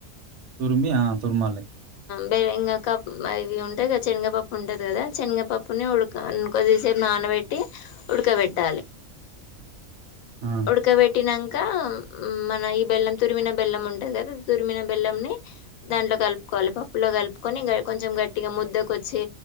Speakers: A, on the right (about 65°); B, on the left (about 80°).
A: తురుమి ఆ తురుమాలే
B: బెగఇంక అవి ఉంటాయిద శనగపప్పు ఉంటది కదా శనగపప్పు ప్పుని ఉడక కొద్దిసేపు నానబెట్టి ఉడకబెట్టాలి
A: ఆ
B: ఉడ్కాబెట్టి నాం ఇంకా మన బెల్లం తురిమిన బెల్లం ఉంటంది కదా తురిమిన బెల్లం ని దాంట్లో కలుపుకోవాలి పప్పులో కలుపుకొని కొంచెం గట్టిగా ముద్దకు వచ్చి